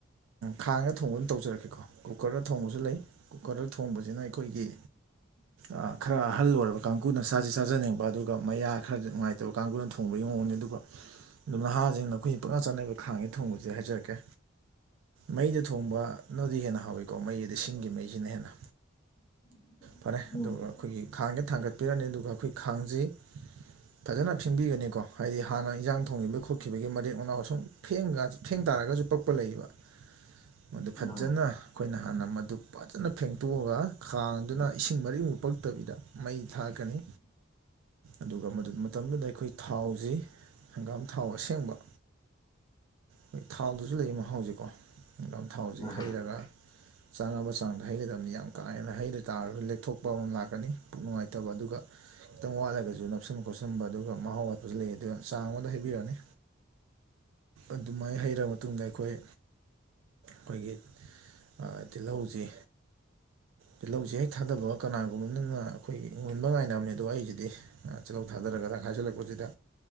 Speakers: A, on the right (about 80°); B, on the left (about 20°).
A: ꯈꯥꯡꯗ ꯊꯣꯡꯕ ꯑꯗꯨꯝ ꯇꯧꯖꯔꯛꯀꯦꯀꯣ ꯀꯨꯀꯔꯗ ꯊꯣꯡꯕꯖꯨ ꯂꯩ ꯀꯨꯀꯔꯗ ꯊꯣꯡꯕꯖꯤꯅ ꯑꯩꯈꯣꯏꯒꯤ
B: <inaudible>
A: ꯑ ꯈꯔ ꯑꯍꯜ ꯑꯣꯏꯔꯕ ꯀꯥꯡꯒꯨꯅ ꯆꯥꯖꯤ ꯆꯥꯖꯅꯤꯡꯕ ꯑꯗꯨꯒ ꯃꯌꯥ ꯈꯔꯗꯤ ꯅꯨꯡꯉꯥꯏꯇꯕ ꯀꯥꯡꯒꯨꯅ ꯊꯣꯡꯕꯒꯤ ꯃꯑꯣꯡꯅꯤ ꯑꯗꯨꯒ ꯑꯗꯨꯝ ꯅꯍꯥꯖꯤꯡꯅ ꯈꯣꯏꯒꯤ ꯄꯪꯆꯥ ꯆꯥꯅꯕꯩ ꯈꯥꯡꯖꯤ ꯊꯣꯡꯕꯖꯦ ꯍꯥꯏꯖꯔꯛꯀꯦ ꯃꯩꯗ ꯊꯣꯡꯕ ꯅꯗꯤ ꯍꯦꯟꯅ ꯍꯥꯎꯋꯤꯀꯣ ꯃꯩꯗꯤ ꯁꯤꯡꯒꯤ ꯃꯩꯖꯤꯅ ꯍꯦꯟꯅ
B: <inaudible>
A: ꯐꯔꯦ
B: ꯎꯝ
A: ꯑꯗꯨꯒ ꯈꯣꯏꯒꯤ ꯈꯥꯡꯗ ꯊꯥꯡꯒꯠꯄꯤꯔꯅꯤ ꯑꯗꯨꯒ ꯈꯣꯏ ꯈꯥꯡꯖꯤ ꯐꯖꯅ ꯐꯦꯡꯕꯤꯒꯅꯤꯀꯣ ꯍꯥꯏꯗꯤ ꯍꯥꯟꯅ ꯏꯟꯖꯥꯡ ꯊꯣꯡꯒꯤꯕꯩ ꯈꯣꯠꯈꯤꯕꯩ ꯃꯔꯦꯛ ꯃꯅꯥꯎ ꯁꯨꯝ ꯐꯦꯡꯉꯒ ꯐꯦꯡ ꯇꯥꯔꯒꯖꯨ ꯄꯛꯄ ꯂꯩꯕ ꯃꯗꯨ ꯐꯠꯖꯅ
B: ꯑꯥ
A: ꯈꯣꯏꯅ ꯍꯥꯟꯅ ꯃꯗꯨ ꯐꯖꯅ ꯐꯦꯡꯇꯣꯛꯑꯒ ꯈꯥꯡꯗꯨꯅ ꯏꯁꯤꯡ ꯃꯔꯤꯛ ꯑꯃꯨꯛ ꯄꯛꯇꯕꯤꯗ ꯃꯩ ꯊꯥꯛꯀꯅꯤ
B: <inaudible>
A: ꯑꯗꯨꯒ ꯃꯗꯨ ꯃꯇꯝꯗꯨꯗ ꯑꯩꯈꯣꯏ ꯊꯥꯎꯖꯤ ꯍꯪꯒꯥꯝ ꯊꯥꯎ ꯑꯁꯦꯡꯕ ꯈꯣꯏ ꯊꯥꯎꯗꯖꯨ ꯂꯩ ꯃꯍꯥꯎꯖꯦꯀꯣ ꯍꯪꯒꯥꯝ ꯊꯥꯎꯖꯦ
B: ꯑꯍꯥ
A: ꯍꯩꯔꯒ ꯆꯥꯅꯕ ꯆꯥꯡꯗ ꯍꯩꯒꯗꯝꯅꯤ ꯌꯥꯝ ꯀꯥ ꯍꯦꯟꯅ ꯍꯩꯔ ꯇꯥꯔꯒ ꯑꯃ ꯃꯝ ꯂꯦꯛꯊꯣꯛꯄ ꯑꯃ ꯂꯥꯛꯀꯅꯤ ꯄꯨꯛ ꯅꯨꯡꯉꯥꯏꯇꯕ ꯑꯗꯨꯒ ꯈꯤꯇꯪ ꯋꯥꯠꯂꯒꯖꯨ ꯅꯞꯁꯟꯕ ꯈꯣꯠꯆꯟꯕ ꯑꯗꯨꯒ ꯃꯍꯥꯎ ꯋꯥꯠꯄꯖꯨ ꯂꯩ ꯑꯗꯨ ꯆꯥꯡ ꯑꯃꯗ ꯍꯩꯕꯤꯔꯅꯤ ꯑꯗꯨꯃꯥꯏ ꯍꯩꯔ ꯃꯇꯨꯡꯗ ꯑꯩꯈꯣꯏ ꯈꯣꯏꯒꯤ ꯑꯥ ꯇꯤꯜꯂꯧꯖꯦ ꯇꯤꯜꯂꯧꯖꯦ ꯍꯦꯛ ꯊꯥꯗꯕꯒ ꯀꯅꯥꯒꯨꯝꯕꯝꯅ ꯑꯈꯣꯏꯒꯤ ꯃꯨꯟꯕ ꯉꯥꯏꯅꯕꯅꯦ ꯑꯗꯣ ꯑꯩꯒꯤꯗꯤ ꯑ ꯇꯤꯜꯂꯧ ꯊꯥꯗꯔꯒꯗ ꯈꯥꯏꯖꯤꯜꯂꯛꯄꯖꯤꯗ